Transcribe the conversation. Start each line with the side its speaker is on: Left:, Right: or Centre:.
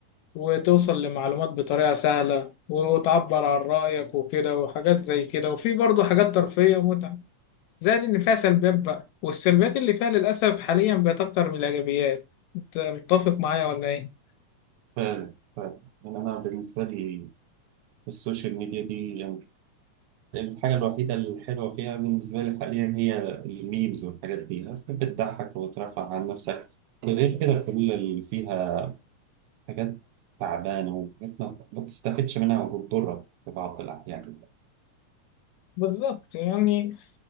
Left: وتوصل لمعلومات بطريقة سهلة وتعبر عن رأيك وكده وحاجات زي كده وفي برضو حاجات ترفيهية ومتعة زائد إن فيها سلبيات بقى والسلبيات اللي فيها للأسف حاليا بقت أكتر من الإيجابيات أنت متفق معايا ولا إيه؟
Right: فعلا فعلا يعني أنا بالنسبة لي السوشيال ميديا دي يعني الحاجة الوحيدة الحلوة فيها بالنسبة لي حاليا هي الميمز والحاجات دي أصلا بتضحك وترفع عن نفسك غير كده كل اللي فيها حاجات تعبانة وحاجات ما ما بتستفدش منها وبتضرك في بعض الأحيان
Left: بالظبط يعني